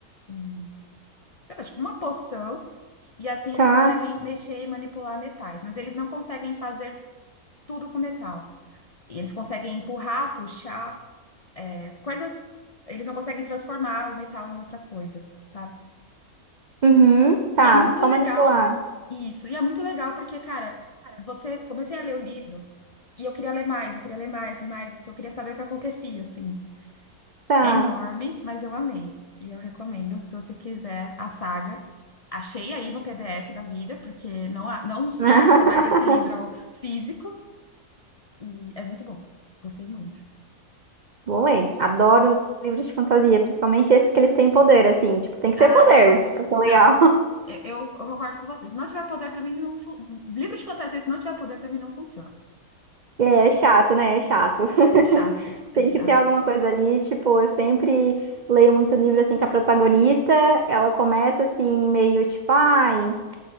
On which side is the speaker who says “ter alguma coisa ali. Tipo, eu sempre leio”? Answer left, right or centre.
Right